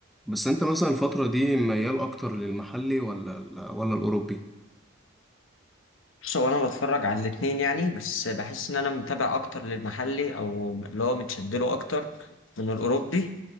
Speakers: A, in the centre; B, on the left.
A: بس انت مثلا الفترة دي ميال اكتر للمحلي ولا ال- ولا الاوروبي
B: بص هو انا بتفرج على الاتنين يعني بس بحس ان انا متابع اكتر للمحلي او اللي هو متشدله اكتر من الاوروبي